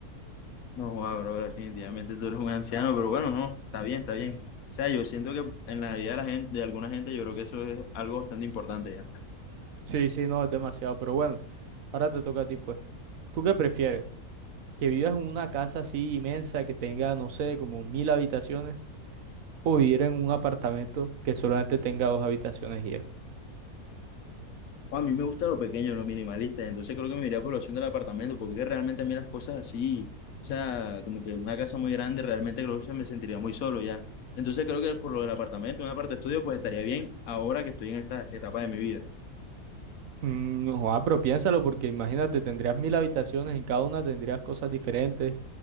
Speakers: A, on the left (about 65°); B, on the right (about 65°).
A: No, joda, bro, definitivamente tú eres un anciano, pero bueno, no, está bien, está bien. O sea, yo siento que en la vida de la gente, de alguna gente, yo creo que eso es algo bastante importante ya.
B: Sí, sí, no, es demasiado, pero bueno, ahora te toca a ti, pues. ¿Tú qué prefieres? ¿Que vivas en una casa así inmensa que tenga, no sé, como mil habitaciones? ¿O vivir en un apartamento que solamente tenga dos habitaciones y ya?
A: O a mí me gusta lo pequeño, lo minimalista, entonces creo que me iría por la opción del apartamento, porque es que realmente a mí las cosas así, o sea, como que una casa muy grande, realmente creo que se me sentiría muy solo ya. Entonces creo que por lo del apartamento, una parte estudio, pues estaría bien ahora que estoy en esta etapa de mi vida.
B: Mm, No, joda, pero piénsalo porque imagínate, tendrías mil habitaciones, en cada una tendrías cosas diferentes.